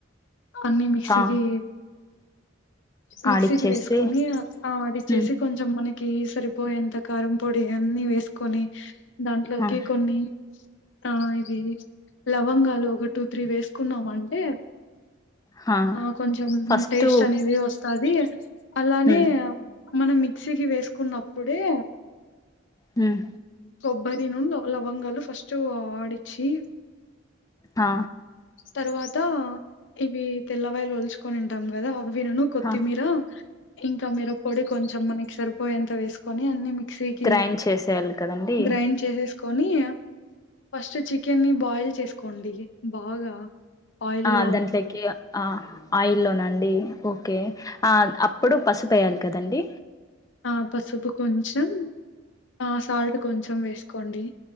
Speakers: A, on the left; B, on the left.
A: అన్నిీ మిక్సీకి
B: హా
A: మిక్సీకి
B: ఆడిచ్చేసి
A: వేసుకొని ఆడిచ్చేసి
B: హ్మ్
A: కొంచెం మనకి సరిపోయేంత కారం పొడి అన్ని వేసుకొని దాంట్లోకి
B: హా
A: కొన్ని ఆ ఇది లవంగాలు ఒక టూ త్రీ వేసుకున్నాం అంటే
B: హా
A: ఆ కొంచెం
B: ఫస్ట్
A: టేస్ట్ అనేది వస్తుది అలానే
B: హ్మ్
A: మనం మిక్సీకి వేసుకున్నప్పుడే
B: హమ్
A: కొబ్బరి ను లవంగాలు ఫస్ట్ ఆడిచ్చి
B: హ
A: తర్వాత ఇవి తెల్లవాయలు ఒలుచుకొని ఉంటాం కదా వినను కొత్తిమీర
B: హా
A: ఇంకా మీర పొడి కొంచెం మనకి సరిపోయేంత వేసుకొని అన్ని మిక్సీ కి
B: గ్రైండ్ చేసేయాలి కదండి
A: గ్రైండ్ చేసే కోని ఫస్ట్ చికెన్ని బాయిల్ చేసుకోండి బాగా ఆయిల్లో
B: ఆ దాంట్లోకి ఆ ఆయి లోనండి ఓకే ఆ ఎప్పుడు పసుపు వేయాలి కదండి
A: ఆ పసుపు కొంచెం ఆ సాల్ట్ కొంచెం వేసుకోండి